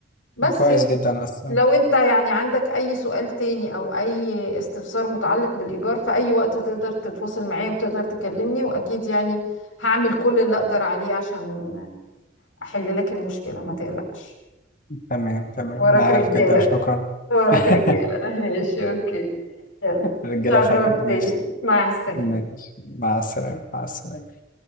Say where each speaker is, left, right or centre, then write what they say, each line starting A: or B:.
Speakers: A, on the left; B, on the left.
A: بس
B: كويس
A: يا س-
B: جدا اصلا
A: لو انت يعني عندك اي سؤال تاني او اي استفسار متعلق بالايجار في اي وقت تقدر تتواصل معايا وتقدر تكلمني واكيد يعني هعمل كل اللي اقدر عليه عشان احل لك المشكلة ما تقلقش
B: تمام تمام
A: وراك
B: انا عارف
A: رجالة
B: كده شكرا
A: وراك
B: <laughs>
A: رجالة ماشي اوكي يلا
B: الرجاله
A: شرفتني
B: فاهمين ماشي
A: مع السلامة
B: ماشي مع السلامه مع السلامه